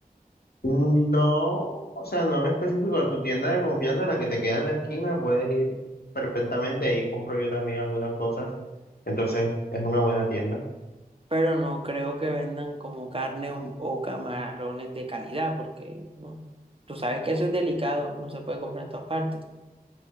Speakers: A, on the left; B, on the right.
A: No, o sea, no en específico, a tu tienda de confianza, la que te queda en la esquina, puedes ir perfectamente. Ahí compro yo también algunas cosas. Entonces, es una buena tienda.
B: pero no creo que vendan como carne o, o camarones de calidad, porque no, tú sabes que eso es delicado, no se puede comprar en todas partes.